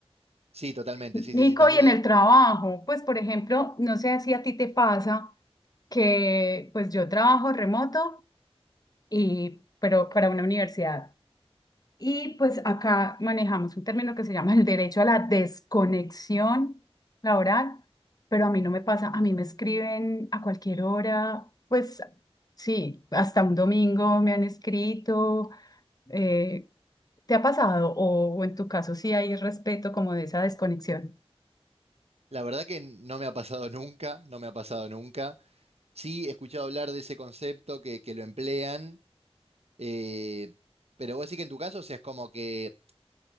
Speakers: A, on the right (about 75°); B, on the left (about 35°).
A: Sí, totalmente,
B: Nico,
A: sí, sí, sí. También,
B: y en
A: la
B: el trabajo, pues por ejemplo, no sé si a ti te pasa que pues yo trabajo remoto y pero para una universidad. Y pues acá manejamos un término que se llama el derecho a la desconexión laboral, pero a mí no me pasa, a mí me escriben a cualquier hora, pues sí, hasta un domingo me han escrito. eh, ¿te ha pasado? O, o en tu caso sí hay respeto como de esa desconexión.
A: la verdad que no me ha pasado <laughs> nunca, no me ha pasado nunca. Sí, he escuchado hablar de ese concepto que, que lo emplean, eh, pero vos decís que en tu caso, o sea, es como que